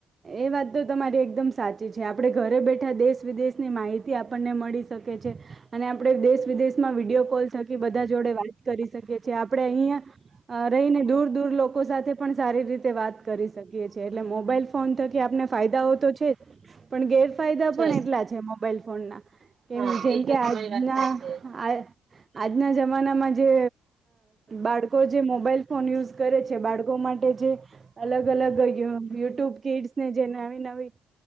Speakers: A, on the right (about 35°); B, on the right (about 55°).
A: એ વાત તો તમારી એકદમ સાચી છે. આપડે ઘરે બેઠા દેશ વિદેશની માહિતી આપી આપણને મળી શકે છે અને આપણે દેશ વિદેશમાં વિડીયો કોલ થકી બધા જોડે વાત કરી શકીએ છએ આપણે અહિયાયા રહીને દૂર દૂર લોકો સાથે પણ સારી રીતે વાત કરી શકીએ છીએ એટલે મોબાઈલ ફોન ફોન થકી આપને ફાયદાઓ તો છે પણ ગેર ફાયદા
B: છે
A: પણ એટલા છે મોબાઈલ ફોનના
B: હા
A: કેમ જેમ
B: એ તો
A: કે આજના
B: તમારી વાત સાચી
A: આ આજના જમાનામાં જે બાળકો જે મોબાઈલ ફોન યુઝ કરે છે બાળકો માટે જે અલગ અલગ યુટ્યુબ નવી નવી